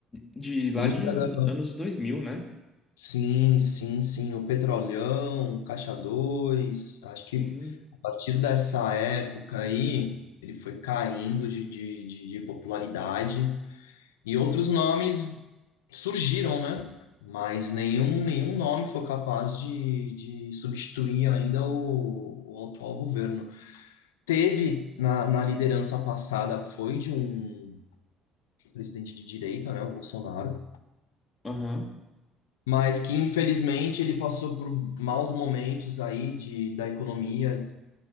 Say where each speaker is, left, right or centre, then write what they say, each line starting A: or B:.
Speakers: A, on the left; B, on the left.
A: De lá
B: Muita
A: de
B: da...
A: anos 2000, né?
B: Sim, sim, sim. O Petrolão, o Caixa 2. acho que
A: Hum,
B: a partir dessa época aí, ele foi caindo de, de, de, de popularidade e outros nomes surgiram, né? Mas nenhum, nenhum nome foi capaz de, de substituir ainda o, o atual governo. teve na, na liderança passada foi de um presidente de direita, né, o Bolsonaro,
A: Aham.
B: mas que infelizmente ele passou por maus momentos aí de, da economia,